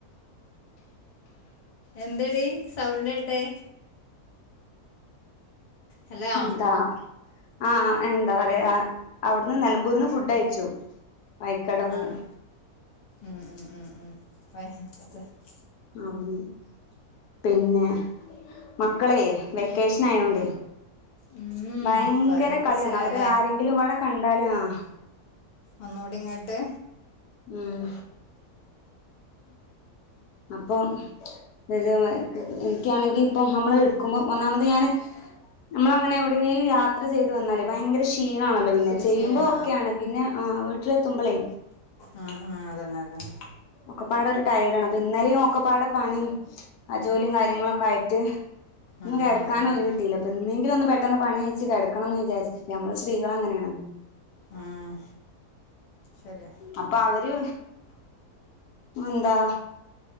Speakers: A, on the left (about 45°); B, on the left (about 80°).
A: എന്തെടി സൗണ്ടേ ട്ടെ ഹലോ
B: എന്താ ആഹ് എന്താ പറയാ അവിടുന്ന് നില ബന്ന് ഫുഡയച്ചു വൈക്കടവ്
A: ആഹ് ഉം ഉം ഉം ഉം <unintelligible>
B: അവിടുന്ന് പിന്നെ മക്കളേ വെക്കേഷൻ ആയോണ്ടേ
A: ഉം
B: ഭയങ്കര
A: പറയിപ്പിച്ചല്ലല്ലേ
B: കളിയാണ് അവര് ആരെങ്കിലും ഇവിടെ കണ്ടാലും ആഹ്
A: ഒന്നൂടിൻ ഇങ്ങട്ട്
B: ഉം അപ്പൊ വരോ <unintelligible> എനിക്കാണെങ്കി ഇപ്പൊ നമ്മള് എടുക്കുമ്പോ ഒന്നാമത് ഞാന് നമ്മള അങ്ങനെ എവിടെങ്കീലും യാത്ര ചെയ്ത് വന്നാലേ ഭയങ്കര ക്ഷ് ചീണാണല്ലോ പിന്നെ
A: കൃഷി
B: ചെയ്യുമ്പോ
A: ചെയ്യണ
B: ഒക്കെയാണ് പിന്നെ ആഹ് വീട്ടിലെത്തുമ്പളേ
A: അഹ് ആഹ് അതന്നെ അതന്നെ
B: ഒക്കപ്പാട ഒരു ടയർഡ് ആണ് അപ്പൊ ഇന്നലിം ഒക്കപ്പാടെ പണി ആഹ് ജോലിയും കാര്യങ്ങളൊക്കെ ആയിട്ട്
A: ഉം
B: ഒന്ന് കിടക്കാനോയ്വ്ട്ടീല്ല
A: ഉം ഉം
B: പ്പന്നേങ്കിലൊന്ന് പെട്ടെന്ന് പണി അയ്ച്ച് കിടക്കണംന്ന് വിചരിച് നമ്മള് സ്ത്രീകൾ അങ്ങനെയാണ്
A: ആഹ് ശരിയാ
B: അപ്പൊ അവര് എന്താ